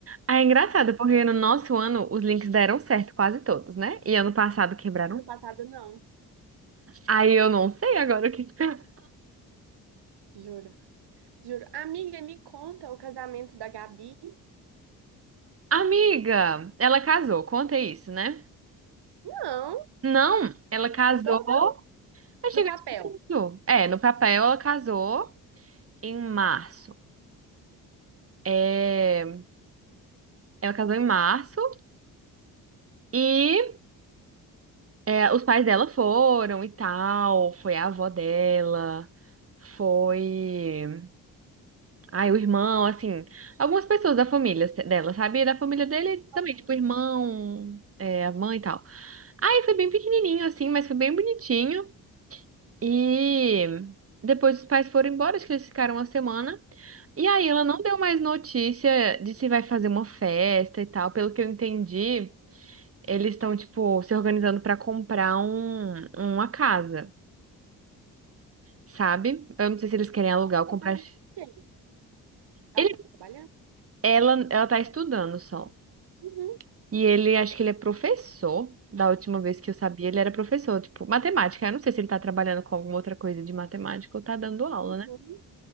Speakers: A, on the right (about 30°); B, on the right (about 55°).
A: Aí é engraçado, porque no nosso ano os links deram certo, quase todos, né? E ano passado quebraram.
B: Ano passado, não.
A: Aí eu não sei agora o que. esperar.
B: Juro, juro. Amiga, me conta o casamento da Gabi.
A: <laughs> Amiga, ela casou, conta isso, né?
B: Não,
A: Não, ela casou.
B: contou não.
A: Eu chego
B: No papel.
A: isso. É, no papel ela casou em março. É, ela casou em março. e É, os pais dela foram e tal, foi a avó dela, foi. Ai, o irmão, assim, algumas pessoas da família dela, sabe? E Da família dele também,
B: Uhum.
A: tipo, o irmão, é, a mãe e tal. Aí foi bem pequenininho, assim, mas foi bem bonitinho. E depois os pais foram embora, acho que eles ficaram uma semana. E aí ela
B: Uhum.
A: não deu mais notícia de se vai fazer uma festa e tal, pelo que eu entendi eles estão, tipo, se organizando pra comprar um, uma casa, sabe? Eu não sei se eles querem alugar ou
B: Trabalhando
A: comprar.
B: com quem? Ela
A: Ele,
B: tá trabalhando?
A: ela, ela tá estudando só.
B: Uhum.
A: E ele, acho que ele é professor. Da última vez que eu sabia, ele era professor, tipo, matemática. Eu não sei se ele tá trabalhando com alguma outra coisa de matemática ou tá dando aula, né?
B: Uhum.